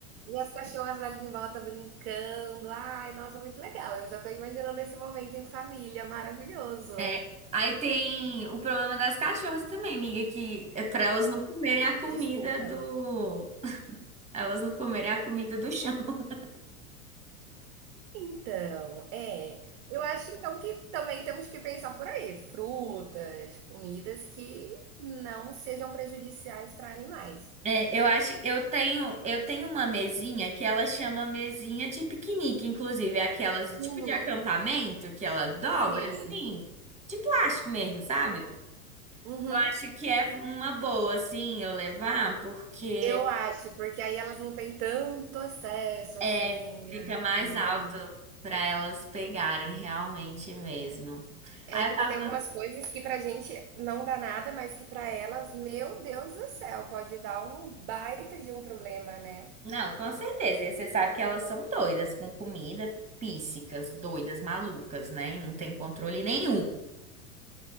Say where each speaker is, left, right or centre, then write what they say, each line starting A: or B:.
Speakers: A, on the right; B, on the right.
A: E as cachorras ali em volta brincando. Ai, nossa, muito legal. Eu já tô imaginando esse momento em família, maravilhoso.
B: É. Aí tem o problema das cachorras também, amiga, que é pra elas não comerem a comida
A: Desculpa.
B: do. Elas não comerem a comida do chão. <laughs>
A: Então, é, eu acho então que também temos que pensar por aí, frutas, comidas que não sejam prejudiciais para animais.
B: É, eu acho, eu tenho, eu tenho uma mesinha que ela chama mesinha de piquenique, inclusive, é aquelas
A: Uhum,
B: tipo de acampamento que ela dobra
A: sim.
B: assim, de plástico mesmo, sabe?
A: Uhum.
B: Eu acho que é uma boa assim eu levar, porque
A: Eu acho, porque aí elas não têm tanto acesso, assim,
B: É, fica
A: à
B: mais
A: comida
B: alto
A: ali.
B: para elas pegarem realmente mesmo.
A: É
B: Aí
A: porque
B: eu tava,
A: tem algumas coisas que pra gente não dá nada, mas que pra elas, meu Deus do céu, pode dar um baita de um problema, né.
B: não, com certeza, e você sabe que elas são doidas com comida, píssicas, doidas, malucas, né? E Não tem controle nenhum.